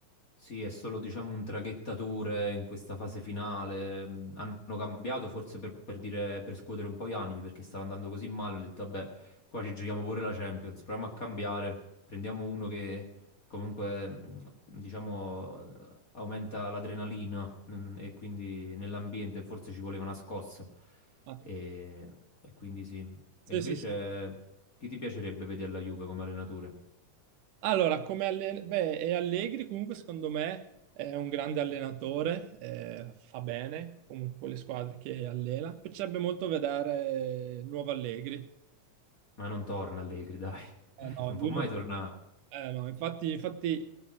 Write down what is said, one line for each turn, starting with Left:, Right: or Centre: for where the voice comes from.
Left: Sì, è solo diciamo un traghettatore in questa fase finale. Mm, Hanno cambiato forse per, per dire, per scuotere un po' gli animi perché stava andando così male. Ho detto, vabbè, qua ci giochiamo pure la Champions. Proviamo a cambiare. Prendiamo uno che comunque, mm, diciamo, aumenta l'adrenalina mm, e quindi nell'ambiente forse ci voleva una scossa.
Right: Ah,
Left: E, e quindi sì.
Right: sì,
Left: E invece,
Right: sì, sì.
Left: chi ti piacerebbe vedere la Juve come allenatore?
Right: Allora, come allen- beh, e Allegri comunque secondo me è un grande allenatore, eh, fa bene comunque con le squadre che allena. Mi piacerebbe molto vedere eh, il nuovo Allegri.
Left: Ma non torna Allegri, dai. <laughs>
Right: Eh, no,
Left: Non
Right: lui
Left: può mai
Right: non
Left: tornare.
Right: Eh, no, infatti, infatti,